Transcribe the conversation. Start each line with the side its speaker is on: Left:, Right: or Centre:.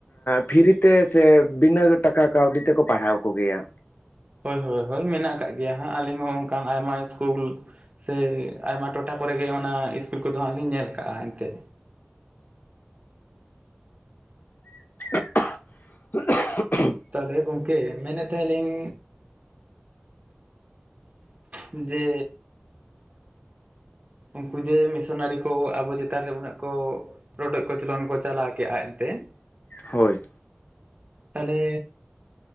Left: ᱯᱷᱨᱤ ᱛᱮ ᱥᱮᱼᱼ ᱵᱤᱱᱟᱹ ᱴᱟᱠᱟ ᱠᱟᱣᱰᱤ ᱛᱮᱠᱚ ᱯᱟᱲᱦᱟᱣ ᱠᱚ ᱜᱮᱭᱟ᱾
Right: ᱦᱳᱭ ᱦᱳᱭ ᱦᱳᱭ ᱢᱮᱱᱟᱜ ᱟᱠᱟᱜ ᱜᱮᱭᱟ ᱦᱟᱸᱜ ᱟᱞᱤᱧ ᱦᱚᱸ ᱚᱱᱠᱟᱱ ᱟᱭᱢᱟ ᱤᱥᱠᱩᱞᱼᱼ ᱥᱮ ᱟᱭᱢᱟ ᱴᱚᱴᱷᱟ ᱠᱚᱨᱮ ᱜᱮ ᱚᱱᱟ ᱤᱥᱠᱩᱞ ᱠᱚᱫᱚ ᱦᱟᱸᱜ ᱞᱤᱧ ᱧᱮᱞ ᱠᱟᱜ-ᱟ ᱮᱱᱛᱮᱜ᱾
Left: <inaudible>
Right: ᱛᱟᱦᱚᱞᱮ ᱜᱚᱝᱠᱮ ᱢᱮᱱᱮᱫ ᱛᱮᱦᱮᱸᱜ ᱞᱤᱧᱼᱼ ᱡᱮᱼᱼ ᱩᱱᱠᱩ ᱡᱮ ᱢᱤᱥᱚᱱᱟᱨᱤ ᱠᱚ ᱟᱵᱚ ᱪᱮᱛᱟᱱ ᱨᱮ ᱩᱱᱟᱹᱜ ᱠᱚᱼᱼ ᱨᱚᱰᱚᱡ ᱠᱚᱪᱞᱚᱱ ᱠᱚ ᱪᱟᱞᱟᱣ ᱠᱮᱜ-ᱟ ᱮᱱᱛᱮᱡᱼᱼ
Left: ᱦᱳᱭ᱾
Right: ᱛᱟᱦᱚᱞᱮ